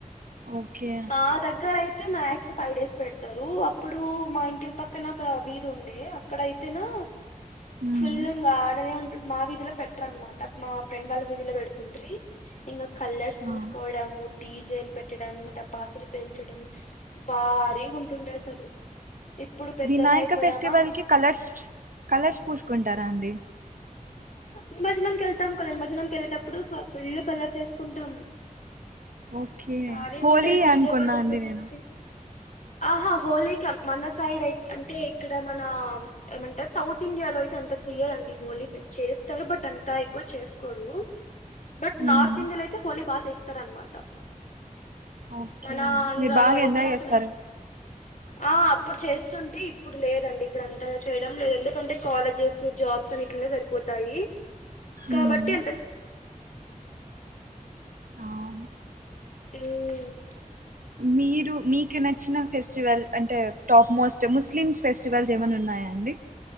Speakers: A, on the right (about 75°); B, on the left (about 60°).
A: ఓకే
B: ఆ దగ్గరయి అయితే మ్యాక్స్ ఫైవ్ డేస్ పెడతారు అప్పుడు మా ఇంటి పక్కన ఒక వీధ ఉండే అక్కడ అయితేనా
A: మ్మ్.
B: ఫుల్ ఆడనే ఉ మావిీధల పెట్ట్రమాట మా ఫ్రెండ్ వాళ్ళ మీధలో పెడుతుండీ ఇంకా కలర్స్ పూసుకోవడము
A: ఆ.
B: డీజేలు పెట్టడం టపాసులు పెంచడం భారీ ఉంటుండే అసలు ఇప్పుడు పెద్దలు
A: వినాయక
B: అయిపోయామా
A: ఫెస్టివల్ కి కలర్స్ కలర్స్ పూసుకుంటారా అండి
B: నిమజనంక వెళ్తాం కదా నిమజనంక వెళ్ళేటప్పుడు ఫుల్ కలర్స్ వేసుకుంటాం
A: ఓకే
B: భారీ
A: హోలీ
B: ఉంటే డీజే
A: అనుకున్నా
B: పాటల
A: అండి
B: పెట్టించి
A: నేను
B: ఆహా హోలీక మన సైడ్ అయి అంటే ఇక్కడ మన ఏమంటే సౌత్ ఇండియాలో అయితే అంత చెయాలండి హోలీ చేస్తారు బట్ అంతా ఎక్కువ చేసుకోడు బట్ నార్త్
A: మ్మ్.
B: ఇండియాలో అయితే హోలీ బాగా చేస్తారనమాట
A: ఓకే
B: మన అంద్రాలు
A: మీరు బాగా
B: యితేహసన్నా
A: ఎంజాయ్ చేస్తారు
B: ఆ అప్పుడు చేస్తుంటే ఇప్పుడు లేదండి ఇప్పుడు అంతగా చేయడం లేదు ఎందుకంటే కాలేజెస్ జాబ్ ని ఇట్లనే సరిపోతాయి కాబట్టి
A: మ్మ్. అవును
B: మ్మ్
A: మీరు మీకు నచ్చిన ఫెస్టివల్ అంటే టాప్ మోస్ట్ ముస్లిమ్స్ ఫెస్టివల్స్ ఏమైన్నా ఉన్నాయా అండి